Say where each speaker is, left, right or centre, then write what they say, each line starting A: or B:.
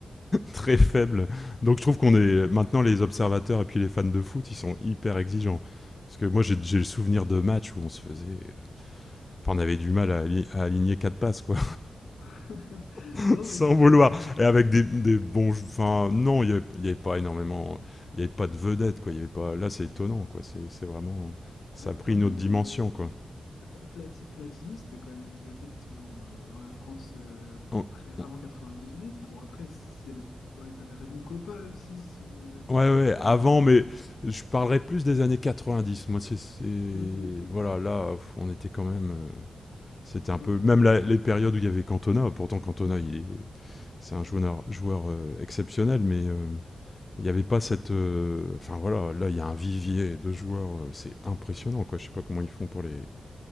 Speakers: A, on the left; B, on the left.
A: très faible. Donc je trouve qu'on
B: Euh,
A: est maintenant les observateurs et puis les fans de foot, ils sont hyper exigeants. Parce que moi j'ai j'ai le souvenir de matchs où on se faisait, enfin on avait du mal à, ali- à aligner quatre passes quoi,
B: <laughs>
A: <laughs>
B: Non,
A: sans
B: mais c'est
A: vouloir.
B: vrai que,
A: Et avec des, des bons, jou- enfin non, il y avait, il y avait pas énormément, il y avait pas de vedettes quoi. Il y avait pas. Là c'est étonnant quoi. C'est c'est vraiment, ça
B: ouais,
A: a pris
B: quand
A: une
B: même,
A: autre dimension
B: euh,
A: quoi.
B: Plati- Platini, c'était quand même une vedette dans, euh, dans la France euh,
A: On-
B: près,
A: on-
B: avant 98. Ah bon, après, s'il y avait, ouais, t'avais Raymond Kopa aussi. Si, euh, bon,
A: Ouais,
B: après,
A: ouais,
B: là, ça
A: avant,
B: remonte à des.
A: mais je parlerai plus des années 90. Moi, c'est. c'est-
B: Hum, hum, hum.
A: Voilà, là, pff, on était quand même. euh, C'était
B: Ah
A: un
B: non,
A: peu
B: mais
A: même la- les périodes où il y avait Cantona. Pourtant Cantona, il est- c'est un joueur, joueur euh, exceptionnel, mais euh, il n'y avait pas cette. euh, Enfin voilà, là il y a un vivier de joueurs, euh, c'est impressionnant quoi. Je sais pas comment ils font pour les.